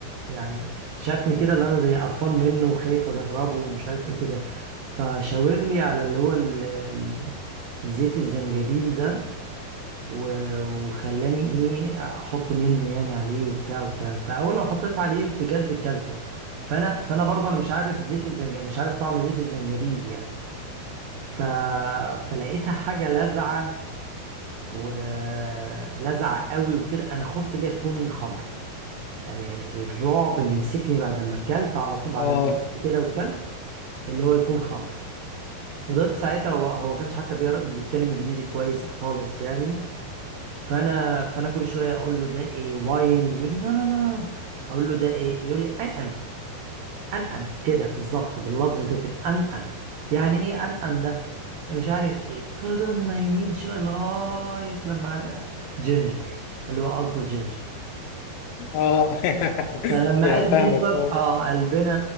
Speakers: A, on the right (about 85°); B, on the left (about 80°).
A: يعني شافني كده اللي انا زي قرفان منه وخايف اجربه ومش عارف ايه وكده فشاور لي على اللي هو ال- ال- زيت الزنجبيل ده و- وخلاني ايه احط منه يعني عليه وبتاع والكلام فاول ما حطيت عليه بجد كلته فانا فانا برضه انا مش عارف زيت الزنجبيل مش عارف طعم زيت الزنجبيل يعني ف... فلقيتها حاجه لاذعه ولزعه قوي وكده انا خفت ليه تكون خمر يعني الرعب اللي مسكني بعد ما اكلت على طول بعد
B: آه
A: ما قلت كده وكلت اللي هو يكون خمر فضلت ساعتها هو هو ما كانش حتى بيعرف- بيتكلم انجليزي كويس خالص يعني فانا فانا كل شويه اقول له ده ايه واين يقول لي نو نو نو نو اقول له ده ايه يقول لي ان ان ان ان كده بالظبط باللفظ ده كده ان ان يعني ايه ان ان ده مش عارف ايه فضلنا يمين شمال لغايه لما عر- جينجر اللي هو قصده جينجر
B: آه <laughs>
A: فلما
B: يعني
A: قال
B: فاهمك
A: زنجر
B: آه
A: اه قلبنا